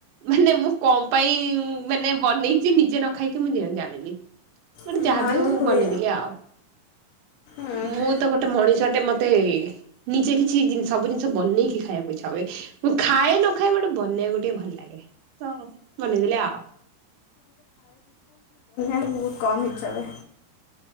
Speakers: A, on the right; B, on the left.
A: ମାନେ ମୁଁ କଣ ପାଇଁ ମାନେ ବନେଇଚି ନିଜେ ନ ଖାଇକି ମୁଁ ଜାଣିନି। ମାନେ
B: ହଁ
A: ଯାହାବି
B: ଏମିତି
A: ହଉ
B: ହୁଏ
A: ବନେଇଦେଲି ଆଉ।
B: ହୁଁ
A: ମୁଁ ତ ଗୋଟେ ମଣିଷଟେ ମତେ ନିଜେ କି ଛି ସବୁ ଜିନିଷ ବନେଇକି ଖାଇବାକୁ ଇଚ୍ଛ ହଏ ମୁଁ ଖାଏ ନ ଖାଏ ଗୋଟେ ବନେଇବାକୁ ଟିକେ ଭଲ ଲାଗେ, ତ ବନେଇଦେଲେ ଆଉ।
B: <unintelligible> ଚବେ